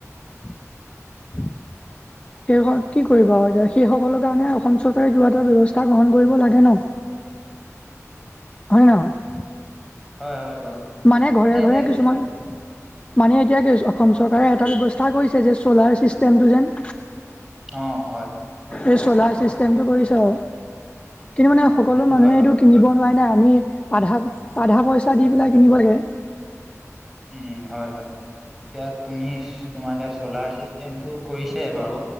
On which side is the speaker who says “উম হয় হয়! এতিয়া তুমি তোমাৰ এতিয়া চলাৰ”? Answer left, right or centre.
Centre